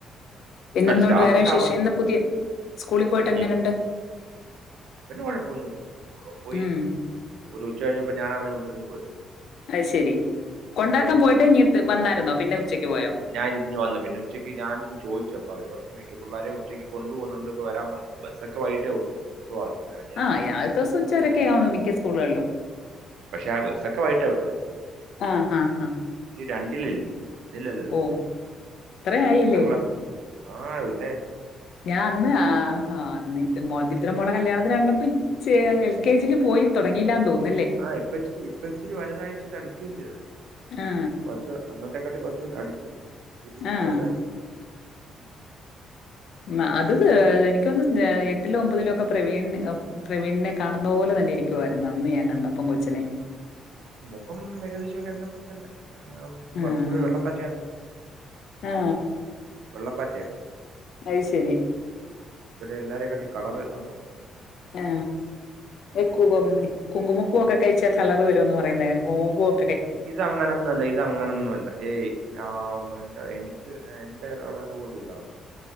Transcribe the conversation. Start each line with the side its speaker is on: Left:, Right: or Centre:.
Left: പിന്നെ എന്തൊണ്ട്
Right: സ്റ്റാഫൊക്കെ
Left: വേറെ വിശേഷം
Right: അവ
Left: ഇന്ന് പുതിയ സ്കൂളില് പോയിട്ട് എങ്ങനുണ്ട്
Right: ഉം, അവന് കുഴപ്പൊന്നുമല്ല അവൻ പോയി
Left: ഉം
Right: ഒരു ഉച്ച കഴിഞ്ഞപ്പോ ഞാൻ അവനെ വിളിച്ചുകൊണ്ടിങ്ങ് പോന്നു
Left: അത് ശെരി കൊണ്ടാക്കാൻ
Right: ഇരുന്നോളാൻ.
Left: പോയിട്ട് ഇങ്ങ് വന്നായിരുന്നോ പിന്നെ ഉച്ചക്ക് പോ
Right: ഞാൻ ഇങ്ങ് വന്നു പിന്നെ ഉച്ചയ്ക്ക് ഞാൻ ചോദിച്ചു അപ്പോ അവര് പറഞ്ഞു പിള്ളാരെ ഉച്ചക്ക് കൊണ്ടു പോകുന്നുണ്ട് ഇപ്പോ വരാൻ പറഞ്ഞു ബസൊക്കെ വൈകിട്ടേ ഉള്ളൂ എന്ന് പറഞ്ഞു. അങ്ങനെ പിന്നെ ഞാൻ
Left: ആ ആദ്യത്തെ ദിവസം ഉച്ചരൊക്കെ കാണൂ മിക്ക സ്കൂളുകളിലും
Right: പക്ഷെ ആ ബസ്സൊക്കെ വൈകിട്ടാ വിട്ടത്
Left: ആ ഹാ ഹാ
Right: രണ്ടിലല്ലേ ഒന്നിലല്ലല്ലോ
Left: ഓ ഇത്ര ആയില്ലേ
Right: ഒന്നാം ക്ലാസ്സിൽ ആ പിന്നെ
Left: ഞാൻ അന്ന് ആ ആ ദിത്ര മോടേ കല്യാണത്തിന് കണ്ടപ്പോ ഇച്ചേ എൽ കെ ജിൽ പോയി തുടങ്ങിയില്ലാന്ന് തോന്നുന്നു
Right: ആ ഇപ്പ ഇച്ചിരി ഇപ്പ ഇച്ചിരി വലുതായി തടിക്കുകയും ചെയ്തു
Left: ആ
Right: കുറച്ചൂ അന്നത്തെക്കാട്ട് കുറച്ചൂടി തടിച്ചു ഇപ്പോ
Left: ആ
Right: വലുതായി ഉം
Left: ഉം. അത് ഏ എനിക്കൊന്ന് എട്ടിലോ ഒമ്പതിലോ ഒക്കെ പ്രവീൺ പ്രവീണിനെ കാണുന്ന പോലെ തന്നെ ഇരിക്കുവായിരുന്നു അന്ന് ഞാൻ കണ്ടപ്പം കൊച്ചിനെ
Right: മുഖം ഏകദേശം എന്നെപ്പോലെ തന്നെ കുറച്ചു
Left: ആഹാ.
Right: കൂടെ വെള്ളപ്പാറ്റ ആണെന്നേയുള്ളു
Left: ആ.
Right: വെള്ളപ്പാറ്റയാ
Left: അത് ശരി
Right: എല്ലാരേ കാട്ടി കളർ അവന് ഉണ്ട്
Left: ആ എ കു
Right: എന്നെ പോലെ
Left: കുങ്കുമപ്പൂക്കെ കഴിച്ചാൽ കളർ വരുമെന്ന് പറയുന്നേയാ <unintelligible>
Right: ഇതങ്ങനെയൊന്നും അല്ല ഇതങ്ങനൊന്നും അല്ല ഏയ് ആ എ എനിക്ക് എന്റെ കളർ പോലും ഇല്ല അവക്ക്